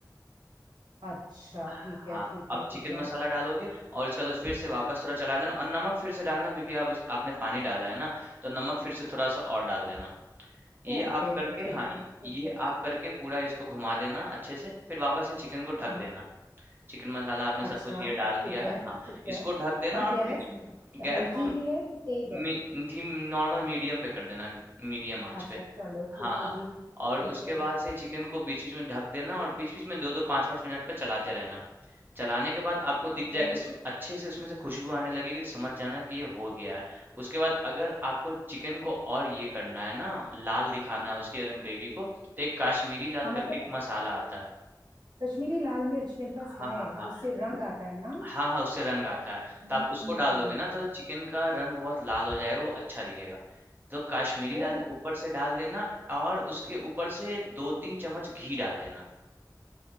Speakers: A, on the right; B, on the right.
A: अच्छा ठीक
B: हाँ
A: है ठीक
B: अब
A: है ठीक
B: चिकन
A: है
B: मसाला डालोगे और उसके बाद फिर से वापस थोड़ा चला देना और नमक फिर से डालना क्योंकि आप इस- आपने पानी डाला है ना तो नमक फिर से थोड़ा सा और डाल देना ये
A: ओके
B: आप करके
A: ठीक
B: हाँ
A: है
B: ये
A: ठीक
B: ये
A: है
B: आप करके पूरा इसको घुमा देना अच्छे से फिर वापस से चिकन को ढक
A: हाँ
B: देना चिकन मसाला आपने
A: अच्छा
B: सब कुछ ये
A: ठीक
B: डाल दिया
A: है
B: है
A: ठीक
B: हाँ
A: है
B: इसको ढक देना
A: और
B: और
A: गैस
B: बीच में गैस
A: हल्की
B: को
A: ही है कि तेज है
B: मी, धीम नॉर्मल मीडियम पे कर देना मीडियम आंच
A: अच्छा
B: पे
A: चलो ठीक
B: हाँ
A: है
B: हाँ
A: जी
B: और उसके
A: ओके
B: बाद से चिकन को बीच बीच में ढक देना और बीच बीच में दो दो पाँच पाँच मिनट पे चलाते रहना चलाने के बाद आपको दिख
A: ठीक
B: जाए
A: है
B: इस अच्छे से इसमें से खुशबू आने लगेगी समझ जाना कि ये हो गया है उसके बाद अगर आपको चिकन को और ये करना है ना लाल दिखाना है उसके ग्रेवी को तो एक काश्मीरी लाल
A: हाँ मतलब
B: करके एक मसाला आता है
A: कश्मीरी लाल मिर्च मेरे पास
B: हाँ
A: है
B: हाँ हाँ
A: उससे रंग
B: हाँ
A: आता है ना
B: हाँ हाँ, उससे रंग आता है
A: हम्म
B: तो आप उसको डाल दोगे ना तो चिकन का रंग बहुत लाल हो जाएगा वो अच्छा दिखेगा तो काश्मीरी
A: ओ
B: लाल ऊपर से डाल देना और उसके ऊपर से दो तीन चम्मच घी डाल देना